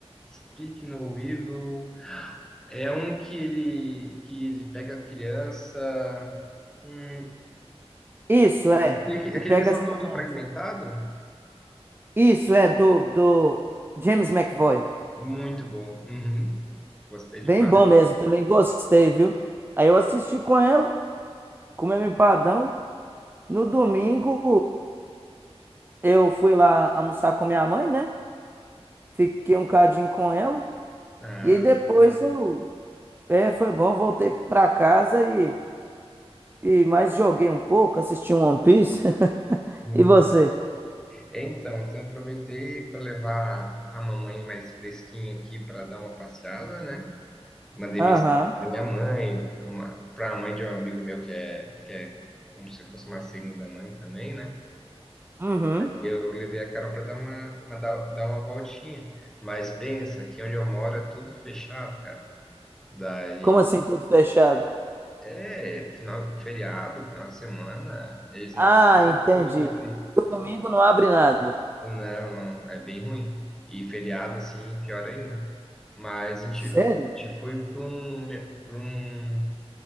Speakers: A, in the centre; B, on the right.
A: Speak No Evil é um que ele que ele pega a criança. Hum,
B: Isso é,
A: aquele,
B: que
A: aquele
B: pega
A: mesmo
B: as
A: ator
B: crianças.
A: do Fragmentado?
B: Isso é do do James McAvoy.
A: Muito bom. Uhum. Gostei
B: Bem
A: demais.
B: bom mesmo, também gostei, viu? Aí eu assisti com ela, comemos empadão. No domingo, eu fui lá almoçar com minha mãe, né? Fiquei um cadinho com ela.
A: Ah,
B: E aí depois
A: bom.
B: eu. É, foi bom, voltei pra casa e, e mais joguei um pouco, assisti um One Piece. <laughs>
A: Muito.
B: E você?
A: É, Então, então eu aproveitei para levar a mamãe mais fresquinha aqui para dar uma passeada, né? Mandei
B: Aham.
A: mensagem para minha mãe, para a mãe de um amigo meu que é, que é como se fosse uma segunda mãe também, né?
B: Uhum.
A: E eu, eu levei a Carol para dar uma, uma- dar, dar uma voltinha. Mas pensa que onde eu moro é tudo fechado, cara. Daí
B: Como assim, tudo fechado?
A: é final, feriado, final de semana, eles não
B: Ah,
A: têm
B: entendi.
A: como de abrir.
B: Domingo não abre nada.
A: Não, não, é bem ruim. E feriado, assim, pior ainda. Mas a gente,
B: Sério?
A: a gente foi para um, para um